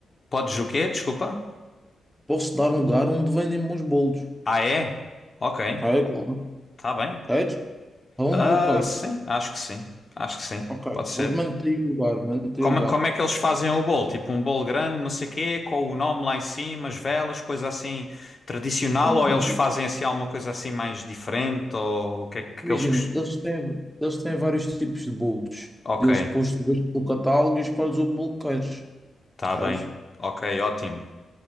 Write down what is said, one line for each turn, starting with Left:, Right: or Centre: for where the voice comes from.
Left: Podes o quê? Desculpa.
Centre: Posso dar um lugar onde vendem bons bolos.
Left: Ah, é? Ok.
Centre: Ah, é claro.
Left: Tá bem.
Centre: Queres? Então,
Left: Ah,
Centre: ok.
Left: sim, acho que sim. Acho que sim.
Centre: Ok.
Left: Pode ser.
Centre: vou manter o lugar, manter
Left: Como,
Centre: o lugar.
Left: como é que eles fazem o bolo? Tipo um bolo grande, não sei quê, com o nome lá em cima, as velas, coisa assim tradicional,
Centre: Hum,
Left: ou eles fazem assim alguma coisa assim mais diferente, ou o que é que
Centre: Imagina,
Left: eles cost...
Centre: eles têm, eles têm vários tipos de bolos.
Left: Ok,
Centre: Eles depois tu vês pelo catálogo e escolhes o bolo que queres.
Left: tá
Centre: Sabes?
Left: bem. Ok, ótimo.